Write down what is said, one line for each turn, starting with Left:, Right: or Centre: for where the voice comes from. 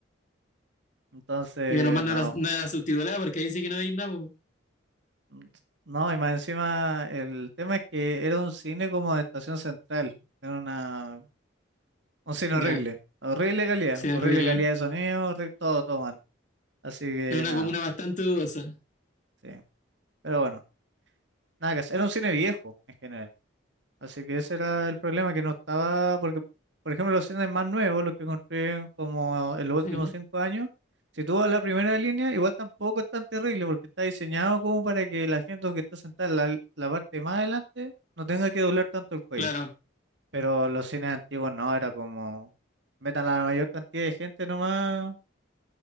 Right: Entonces,
Left: Y que nomás
Right: no.
Left: no era, no era subtitulada porque ahí sí que no veis nada, po.
Right: mm, No, y más encima, el tema es que era un cine como de estación central. Era una, un cine
Left: Ya,
Right: horrible. Horrible calidad,
Left: sí, es
Right: horrible
Left: horrible.
Right: calidad de sonido, horri- todo, todo Así que
Left: Es una
Right: nada,
Left: comuna bastante dudosa.
Right: sí. Pero bueno, nada que hacer. Era un cine viejo en general. Así que ese era el problema, que no estaba, porque, por ejemplo, los cines más nuevos, los que construyen como en los
Left: Sí,
Right: últimos
Left: ¿no?
Right: cinco años, si tú vas a la primera línea, igual tampoco es tan terrible, porque está diseñado como para que la gente que está sentada en la, la parte más adelante no tenga que doblar tanto el cuello.
Left: claro.
Right: Pero los cines antiguos no, era como, metan a la mayor cantidad de gente nomás